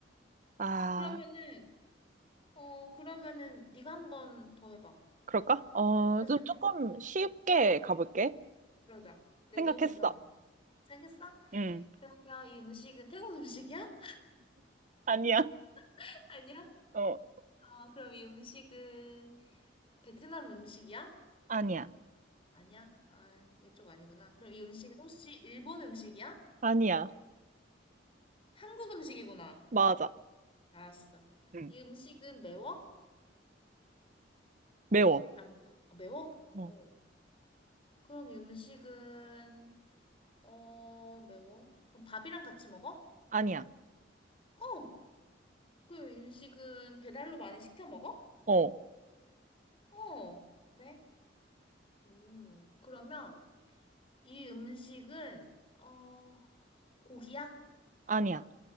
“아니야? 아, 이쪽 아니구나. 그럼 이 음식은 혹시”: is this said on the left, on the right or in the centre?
Left